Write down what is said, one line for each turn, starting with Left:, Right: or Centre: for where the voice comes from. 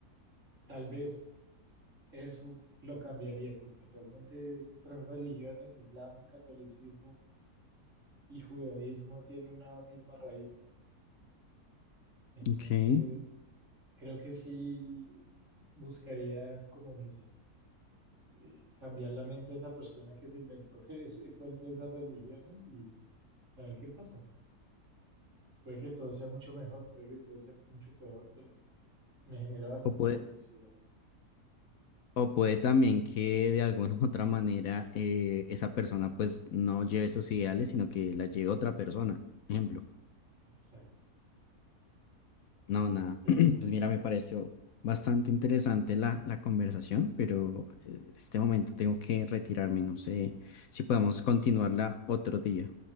Right: Tal vez Eso lo cambiaría porque realmente esas tres religiones, Islam, catolicismo y judaísmo, tienen una misma raíz. Entonces,
Left: ok.
Right: creo que sí buscaría, como no sé, eh, cambiar la mente de esa persona que se inventó <laughs> ese cuento de esas religiones y a ver qué pasa. Puede que todo sea mucho mejor, puede que todo sea mucho peor, pero me genera bastante
Left: O puede,
Right: curiosidad.
Left: o puede también que de alguna <laughs> u otra manera eh, esa persona pues no lleve esos ideales, sino que la lleve otra persona, ejemplo.
Right: Exacto.
Left: No, nada.
Right: Pero
Left: <clears throat> Pues mira, me pareció bastante interesante la, la conversación, pero eh, este momento tengo que retirarme. No sé si podemos continuarla otro día.